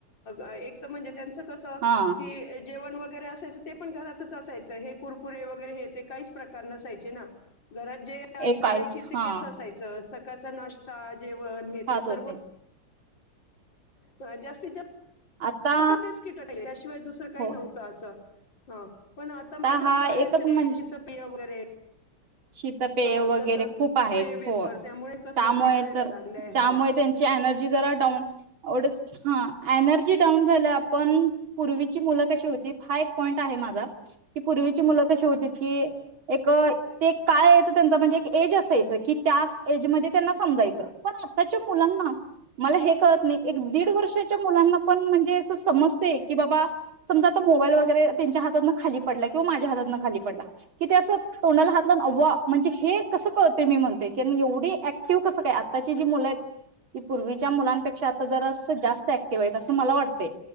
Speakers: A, on the left (about 65°); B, on the right (about 85°).
A: अ एक तर म्हणजे त्यांच कस
B: हा
A: की जेवण वगैर- वगैरे असायचं. ते पण घरातच असायचं. हे कुरकुरे वगैरे ते काहीच प्रकार नसायचे ना. घरात जे आई
B: एक काहीच
A: करायची तेच
B: हा
A: असायचं सकाळचा नाश्ता जेवण हे
B: खात
A: ते सर्व
B: होते
A: ह जास्तीत जास्त
B: आता
A: तसं बेस्ट कीटक आहे. त्याशिवाय दुसरं काही
B: हो
A: नव्हतं असं. ह पण आता मात्र
B: हा
A: बाहेरचे
B: एकच म्हण
A: शितपेये वगैरे
B: शीतपेय
A: अ,
B: वगैरे
A: तसंच
B: खूप आहेत.
A: कुरे वेपर्स
B: होय,
A: त्यामुळे कसं
B: त्यामुळे
A: मूल बिघडायला
B: तर
A: लागलंय
B: त्यामुळे
A: हां.
B: त्यांची एनर्जी जरा डाऊन एवढच -हा. एनर्जी डाऊन झाल्या, पण पूर्वीची मुलं कशी होती? हा एक पॉईंट आहे माझा, की पूर्वीची मुलं कशी होती की एक ते काय यायच त्यांचा म्हणजे एज असायच की, त्या एज मध्ये त्यांना समजायचं, पण आताच्या मुलांना मला हे कळत नाही. एक दीड वर्षाच्या मुलांना पण म्हणजे अस समजते की बाबा समजा आता मोबाईल वगैरे त्यांच्या हातात खाली पडलाय किंवा माझ्या हातातन खाली पडला कि ते असं तोंडाला हात म्हणजे हे कस कळतंय मी म्हणते? एवढी ऍक्टिव्ह कस काय आताची जी मुल आहेत, ती पूर्वीच्या मुलांपेक्षा जरास जास्त ऍक्टिव्ह आहेत अस मला वाटतय.